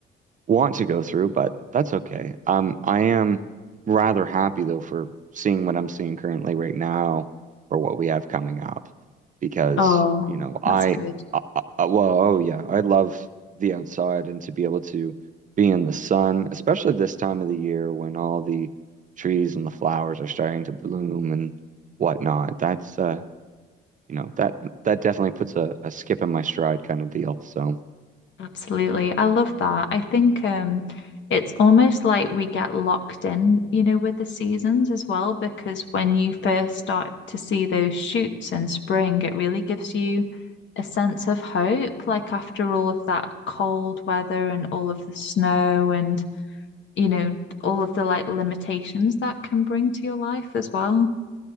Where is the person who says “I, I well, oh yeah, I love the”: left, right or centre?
Right